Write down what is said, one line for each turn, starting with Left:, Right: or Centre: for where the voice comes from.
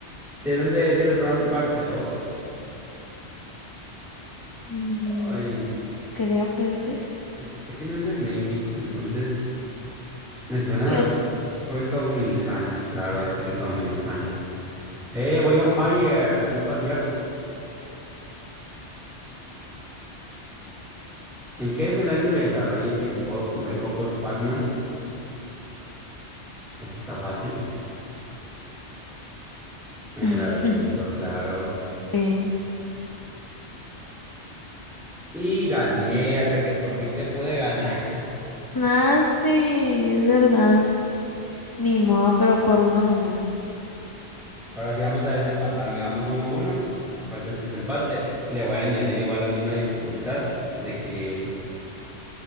Centre: ¿De dónde es el ron Barceló?
Left: mm,
Centre: Ay,
Left: creo que es esta.
Centre: cre- sé que no es de México, entonces me suena
Left: Le...
Centre: a República Dominicana, claro, República Dominicana. ¡Eh, voy on fire! Cinco aciertos. ¿En qué escenario se desarrolla el videojuego Come Cocos Pac-Man? Está fácil. En
Left: <laughs>
Centre: el laberinto, claro.
Left: Eh, <laughs>
Centre: Y gané hasta que por fin te pude ganar. <laughs>
Left: Más, sí, es verdad. Ni modo, pero por uno nomás.
Centre: Ahora sí vamos a desempatar. Miramos 1 uno, a uno. Falta el desempate. Le voy a añadir igual la misma dificultad de que